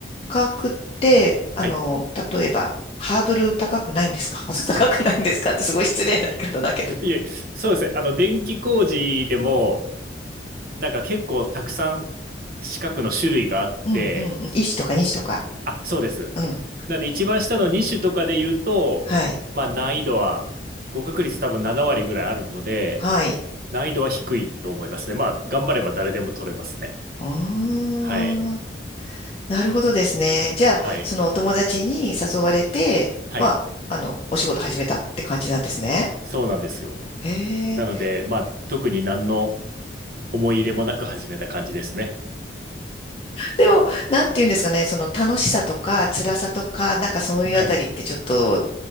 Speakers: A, on the left; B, on the right.
A: 格って、あの、
B: はい。
A: 例えば、ハードル高くないんですかハードル高くないんですかってすごい失礼な言い方だけど。
B: <laughs> いえ、そうですね。あの、電気工事でも、なんか結構たくさん四角の種類があって、
A: うんうんうん。いちとか2とか。
B: あ、そうです。
A: うん。
B: なんで一番下の2種とかで言うと、
A: はい。
B: まあ難易度は、合格率多分7割ぐらいあるので、
A: はい。
B: 難易度は低いと思いますね。まあ、頑張れば誰でも取れますね。
A: うーん。
B: はい。
A: なるほどですね。じゃあ、
B: はい。
A: そのお友達に誘われて、
B: はい。
A: まあ、あの、お仕事始めたって感じなんですね。
B: そうなんですよ。
A: へえ。
B: なので、まあ、特に何の思い入れもなく始めた感じですね。
A: でも、なんて言うんですかね、その楽しさとか辛さとか、なんかそういうあたりってちょっと、
B: はい。